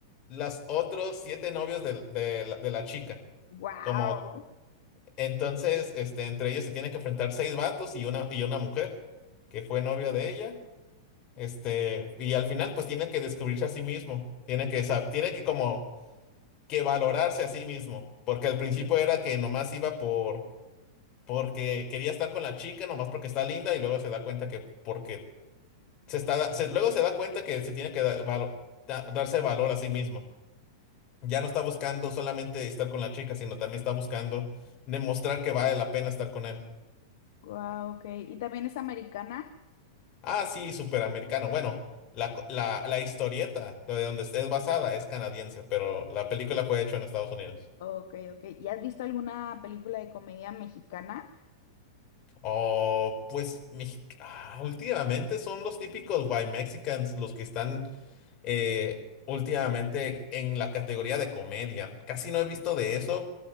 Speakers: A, on the left (about 35°); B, on the left (about 55°).
A: las otros siete novios del- de, la, de la chica.
B: Wow,
A: Como entonces, este, entre ellos se tiene que enfrentar seis vatos y una, y una mujer que fue novia de ella. Este, y al final, pues tiene que descubrirse a sí mismo. Tiene que, sab- tiene que como que valorarse a sí mismo. Porque al principio era que nomás iba por porque quería estar con la chica nomás porque está linda y luego se da cuenta que porque se está da- se- luego se da cuenta que se tiene que dar valo- da- darse valor a sí mismo. Ya no está buscando solamente estar con la chica, sino también está buscando demostrar que vale la pena estar con él.
B: wow, ok. ¿Y también es americana?
A: Ah, sí, superamericano. Bueno, la, co- la, la historieta de donde es basada es canadiense, pero la película fue hecha en Estados Unidos.
B: Ok, ok. ¿Y has visto alguna película de comedia mexicana?
A: Oh, pues mexi- ah, últimamente son los típicos white Mexicans los que están eh, últimamente en la categoría de comedia. Casi no he visto de eso.